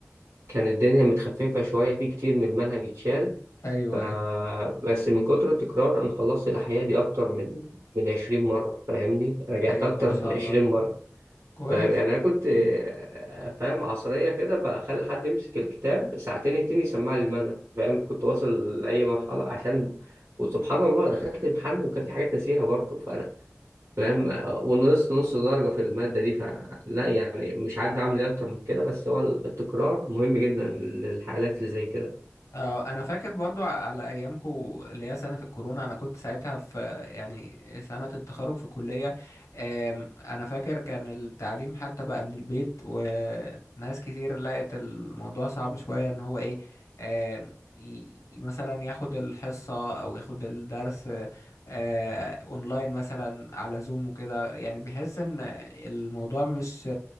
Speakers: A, on the right; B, on the left.
A: كان الدنيا متخففه شويه في كتير من المنهج اتشال
B: أيوه
A: ف...
B: أيوه
A: بس من كتر التكرار انا خلصت الاحياء دي اكتر من من 20 مره فاهمني رجعت
B: أيوه
A: اكتر
B: ما شاء
A: من 20
B: الله
A: مره
B: كويس
A: فاهم يعني انا كنت آه، فاهم عصريه كده بخلي حد يمسك الكتاب ساعتين اتنين يسمع لي المنهج فاهم كنت واصل لاي مرحله عشان وسبحان الله دخلت الامتحان وكان في حاجات ناسيها برضه فاهم ونقصت نص درجة في المادة دي فلا يعني مش عارف أعمل إيه أكتر من كده بس هو التكرار مهم جدا للحالات اللي زي كده
B: اه انا فاكر برضو ع- على ايامكو اللي هي سنة الكورونا انا كنت ساعتها في يعني سنة التخرج في الكلية آم، انا فاكر كان التعليم حتى بقى من البيت وناس كتير لقت الموضوع صعب شوية ان هو ايه آم، ي- ي- مثلا ياخد الحصة او ياخد الدرس آه، آه، اونلاين مثلا على زوم وكده يعني بيحس ان الموضوع مش